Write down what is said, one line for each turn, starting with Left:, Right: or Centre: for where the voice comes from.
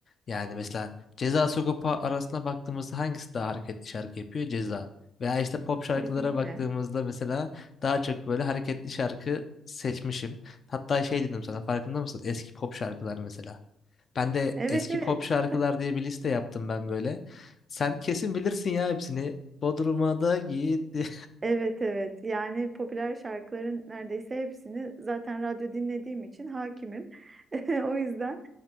Left: Yani mesela Ceza Sagopa arasına baktığımızda hangisi daha hareketli şarkı yapıyor? Ceza. Veya işte pop şarkılara
Right: Kesinlikle.
Left: baktığımızda mesela daha çok böyle hareketli şarkı seçmişim. Hatta şey dedim sana farkında mısın? Eski pop şarkılar mesela. Ben de
Right: Evet
Left: eski
Right: evet.
Left: pop şarkılar diye bir liste yaptım ben böyle. Sen kesin bilirsin ya hepsini. Bodrum'a da gitti.
Right: Evet evet yani popüler şarkıların neredeyse hepsini zaten radyo dinlediğim için hakimim. <laughs> O yüzden